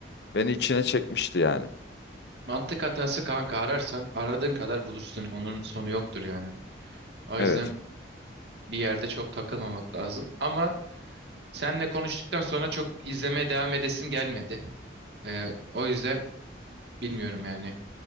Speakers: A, on the left; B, on the right.
A: Beni içine çekmişti yani.
B: Mantık hatası kanka ararsan aradığın kadar bulursun. Onun sonu yoktur yani. O
A: Evet.
B: yüzden bir yerde çok takılmamak lazım. Ama senle konuştuktan sonra çok izlemeye devam edesim gelmedi. Ee, o yüzden bilmiyorum yani.